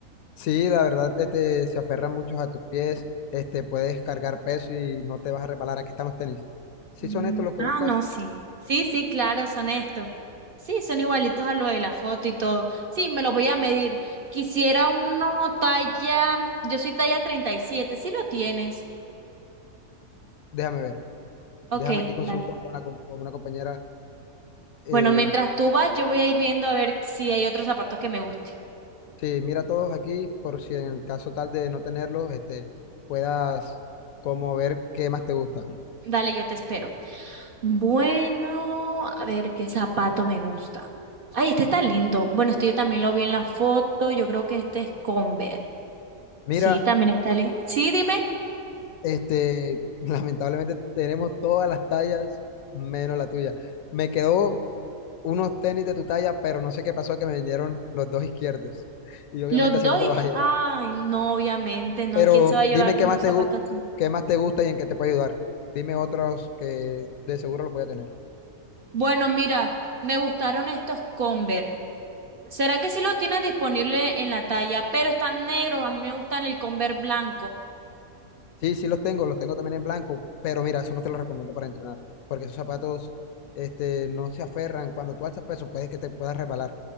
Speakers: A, on the left (about 80°); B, on the right (about 50°).
A: sí, la verdad este, se aferran muchos a tus pies. Este, puedes cargar peso y no te vas a reparar. Aquí están los tenis. Si
B: Mm,
A: son estos los que
B: ah,
A: buscas,
B: no, sí. Sí, sí, claro, son estos. Sí, son igualitos a lo de la foto y todo. Sí, me lo voy a medir. Quisiera uno talla, yo soy talla treinta y siete. si lo tienes.
A: déjame ver.
B: Ok,
A: Déjame aquí consulto
B: dale.
A: con, la com- con una compañera. eh,
B: Bueno, mientras tú vas, yo voy a ir viendo a ver si hay otro zapato que me guste.
A: Sí, mira todos aquí por si en caso tal de no tenerlos, este, puedas como ver qué más te gusta.
B: Dale, yo te espero. Bueno, a ver qué zapato me gusta. Ay, este está lindo. Bueno, este yo también lo vi en la foto. Yo creo que este es Converse.
A: Mira,
B: Sí, también está lindo. Sí, dime.
A: este, <laughs> lamentablemente tenemos todas las tallas menos la tuya. Me quedó unos tenis de tu talla, pero no sé qué pasó que me vinieron los dos izquierdos. Y obviamente
B: Los dos
A: así no te
B: y...
A: los
B: que-
A: vas a llevar.
B: Ay, no, obviamente, no.
A: Pero
B: ¿Quién se va a llevar
A: dime qué
B: unos
A: más te,
B: zapatos
A: gu-
B: así?
A: qué más te gusta y en qué te puede ayudar. Dime otros que de seguro los voy a tener.
B: Bueno, mira, me gustaron estos Converse. ¿Será que sí lo tienes disponible en la talla? Pero están negros, a mí me gustan el Converse blanco.
A: Sí, sí los tengo, los tengo también en blanco, pero mira, eso no te los recomiendo para entrenar, porque esos zapatos este, no se aferran. Cuando tú alzas peso, puede que te puedas resbalar.